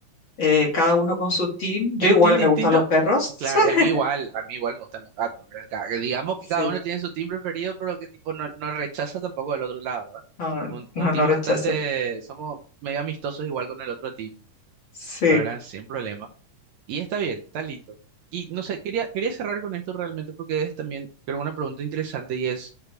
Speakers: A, on the left; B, on the right.
A: eh, cada uno con su team. Yo
B: en
A: igual
B: team distinto.
A: me gustan los perros.
B: Claro,
A: <laughs>
B: y a mí igual, a mí igual me gustan los gatos, ¿verdad? Ca- digamos que
A: Sí,
B: cada uno tiene su team preferido, pero que tipo no, no rechaza tampoco del otro lado, ¿verdad?
A: no, no,
B: Un, un
A: no
B: team
A: no rechazo.
B: bastante, somos medio amistosos igual con el otro team,
A: Sí.
B: la verdad, sin problema. Y está bien, está lindo. Y no sé, quería, quería cerrar con esto realmente porque es también, creo, una pregunta interesante y es,